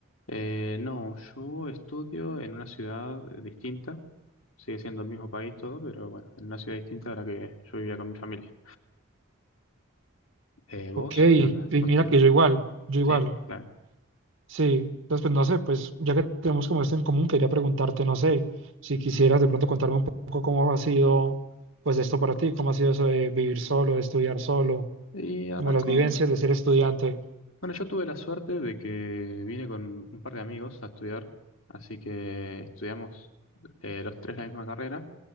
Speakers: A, on the left; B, on the right.
A: Eh, no, yo estudio en una ciudad eh, distinta. Sigue siendo el mismo país todo, pero bueno, en una ciudad distinta a la que yo vivía con mi familia. Eh, ¿vos?
B: Ok, y
A: ¿Qué onda?
B: mira
A: ¿Vos te...
B: que yo igual, yo igual,
A: Sí, claro.
B: sí. Entonces, pues no sé, pues ya que tenemos como esto en común, quería preguntarte, no sé, si quisieras de pronto contarme un poco cómo ha sido, pues esto para ti, cómo ha sido eso de vivir solo, de estudiar solo,
A: Y arrancó.
B: como las vivencias de ser estudiante.
A: Bueno, yo tuve la suerte de que vine con un par de amigos a estudiar, así que estudiamos eh, los tres la misma carrera.